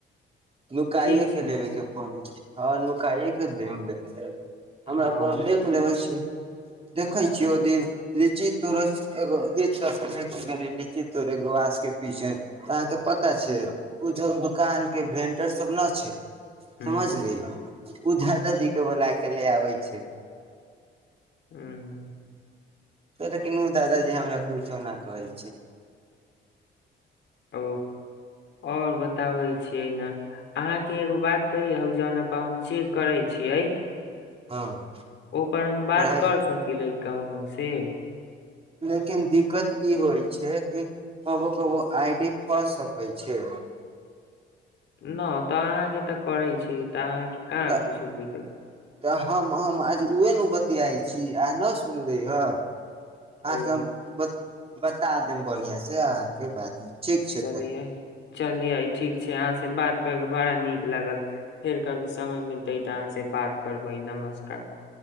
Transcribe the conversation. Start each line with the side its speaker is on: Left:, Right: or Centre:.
Right: नुकाइए
Left: ठीक छै
Right: के लेबे के पड़ी हँ नूकाएके देम लेके हमरा
Left: हँ
Right: कोनो देख लेबै छी देखे छियै ओ दिन लीची तोर एगो गीत गेल लीची तरे गवास के पीछे तऽ अहाँके पता छै उ जो दुकान के भें सब ना छै
Left: हूँ
Right: समझली ओ दादा जी के बोला के ले आबै छै
Left: ह्म
Right: त लेकिन उ दादाजी हमरा कुछो ना कहै छै
Left: ओ ओर ब बताबै छियै ने अहाँके एगो बात कहिये हौ जोन प हम चेक करे छीयै
Right: हँ
Left: ओपर हम बात
Right: पढ़ाइ
Left: कर सकी ले कौनो से
Right: लेकिन दिक्कत ई होइ छै कि कबो कबो आई डी फसऽ सकै छै
Left: न तऽ अहाँकेे त करै छै तऽ अहाँ के कहाँ
Right: तऽ
Left: कुछो दिक्कत
Right: तऽ हम हम आज उहे नु बतियाई छी अहाँ ना सुनलै हे आहाॅं
Left: ओ
Right: के हम बता देम बढ़ियां से अहाँके बात ठीक छै
Left: चलिये
Right: तऽ
Left: चलिये ठीक छै अहाँ से बात कर के बड़ा नीक लागल फेर कभी समय मिलतै तऽ अहाँ से बात करबै नमस्कार